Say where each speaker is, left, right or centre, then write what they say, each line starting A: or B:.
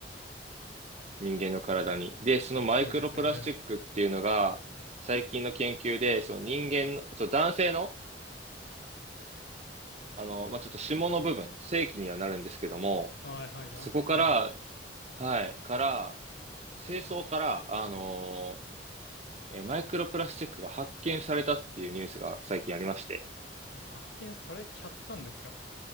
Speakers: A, on the right; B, on the left.
A: 人間の体に。で、そのマイクロプラスチックっていうのが、
B: そうですよね。
A: 最近の研究で、そう、人間の、そう、男性の、あの、まあ、ちょっと下の部分、性器にはなるんですけども、
B: はいはい、男性機能。
A: そこから、はい、から、精巣から、あのえーマイクロプラスチックが発見されたっていうニュースが最近ありまして、
B: あ、もう発見されちゃったんですか。